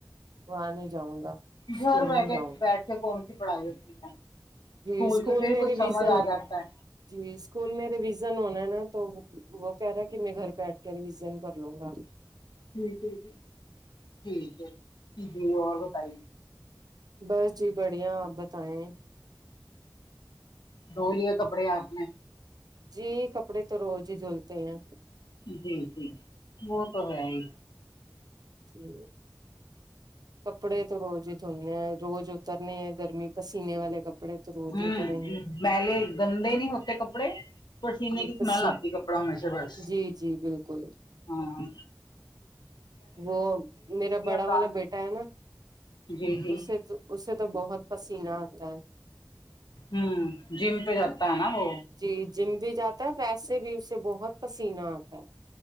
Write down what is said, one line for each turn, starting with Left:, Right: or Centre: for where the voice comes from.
Right: وہاں نہیں جاؤں گا اسکول
Left: گھر بیٹھے
Right: نہیں جاؤں
Left: بیٹھ
Right: گا
Left: کے کون سی پڑھائی ہوتی ہے اسکول
Right: جی اسکول
Left: تو پھر
Right: میں
Left: کچھ
Right: ریویژن
Left: سمجھ آ جاتا ہے
Right: جی اسکول میں ریویزن ہونا ہے نا تو وہ وہ کہہ رہا ہے کہ میں گھر پہ بیٹھ کے ریوزن کر لوں گا
Left: بالکل ٹھیک ہے جی ٹھیک ہے جی اور بتائے
Right: بس جی بڑھیا آپ بتائیں
Left: دھو لیے کپڑے آپ نے
Right: جی کپڑے تو روز ہی دھلتے ہیں
Left: جی جی وہ تو ہیں ہی
Right: جی کپڑے تو روز ہی دھونے ہیں روز اترنے ہیں گرمی پسینے والے کپڑے تو روز
Left: ھممم
Right: ہی اتریں گے
Left: ملے گندے نہیں ہوتے کپڑے پسینے
Right: جی
Left: کی اسمیل
Right: پسی
Left: آتی ہے کپڑوں میں سے بس
Right: جی جی بالکل
Left: ھممم
Right: وہ میرا بڑا
Left: کام
Right: والا بیٹا ہے نہ
Left: جی جی
Right: اسے تو اسے تو بہت پسینہ آتا ہے
Left: ھممم جیم پہ جاتا ہے نہ وہ
Right: جی جیم بھی جاتا ہے ویسے بھی اسے بہت پسینہ آتا ہے